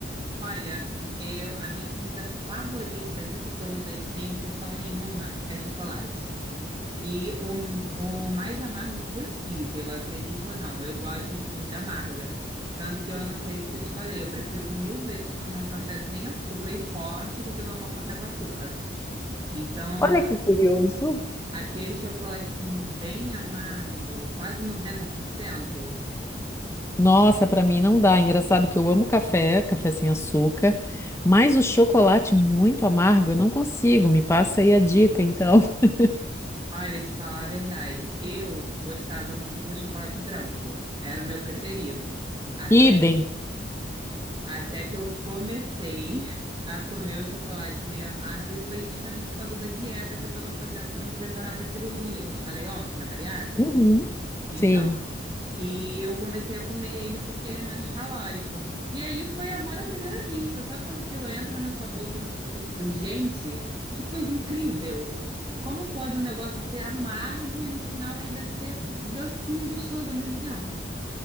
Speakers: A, on the right; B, on the left.
A: Olha, eu, a minha comida favorita de todas, sem exceção nenhuma, é chocolate. E o, o mais amargo possível, acredite ou não, eu gosto de comida amarga. Tanto que eu não sei se eu te falei, eu prefiro mil vezes tomar um café sem açúcar e forte do que tomar um café com açúcar. Então,
B: Olha que curioso.
A: aquele chocolatinho bem amargo, quase 90%.
B: Nossa, para mim não dá. Engraçado que eu amo café, café sem açúcar, mas o chocolate muito amargo eu não consigo. Me passa aí a dica, então. <laughs>
A: Olha, te falar a verdade, eu gostava muito do chocolate branco, era o meu preferido. Até,
B: Idem.
A: até que eu comecei <laughs> a comer o chocolate meio amargo, e foi justamente por causa da dieta que eu estava fazendo para me preparar para a cirurgia, que eu te falei ontem, na bariátrica.
B: Uhum.
A: Então,
B: Sim.
A: e eu comecei a comer ele porque ele é menos calórico. E aí foi amor à primeira vista. Sabe quando aquilo entra na sua boca e você fica tipo, gente, que coisa incrível! Como pode um negócio ser amargo e no final ainda ser docinho e gostoso ao mesmo tempo?